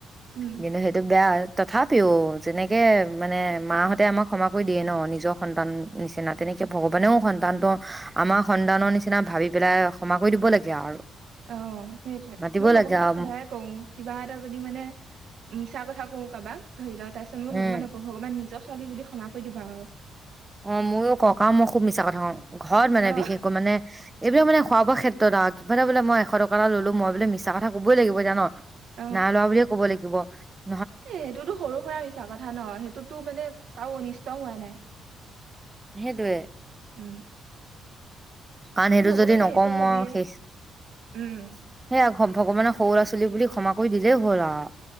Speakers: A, on the right (about 65°); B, on the right (about 15°).
A: উম
B: কিন্তু সেইটো বেয়া তথাপি অঔ যেনেকে মানে মাহঁতে আমাক ক্ষমা কৰি দিয়ে ন নিজৰ সন্তান নিচিনা তেনেকে ভগৱানেও সন্তানটো আমাৰ সন্তানৰ নিচিনা ভাবি পেলাই ক্ষমা কৰি দিব লাগে আও আৰু
A: অ সেইটোৱে
B: মাতিব
A: মই ভগৱানক
B: লাগে আৰু
A: সদায় কওঁ কিবা এটা যদি মানে মিছা কথা কথা কো কাৰবাক ধৰি লও তাৰ পিছত মো
B: উম
A: ভগৱানক ভগৱান নিজক চলি বুলি ক্ষমা কৰি দিবা আৰু
B: অ ময়ো ককাও মই খুব মিছা কথা কওঁ ঘৰত মানে
A: অ
B: বিশেষকৈ মানে এইবিলাক মানে খোৱা বোৱা ক্ষেত্ৰত আও কিবা এটা বোলে মই এশ টকা ল'লো মই বোলে মিছ কথা ক'বই লাগিব এতিয়া ন
A: অ
B: নাই লোৱা বুলিয়ে ক'ব লাগিব যিব
A: এ সেইটোতো সৰু সুৰা মিছা কথা ন সেইটোতটো মানে কাৰো অনিষ্ট হোৱা নাই
B: সেইটোৱে
A: উম
B: কাৰণ
A: ত
B: সেইটো
A: ভগৱানে
B: যদি নকওঁ
A: সেইটো ভাবিয়ে
B: মই শেষ সেয়া
A: উম
B: ভগৱানে সৰু আছো চলি বুলি ক্ষম কৰি দিলেই হ'ল আৰু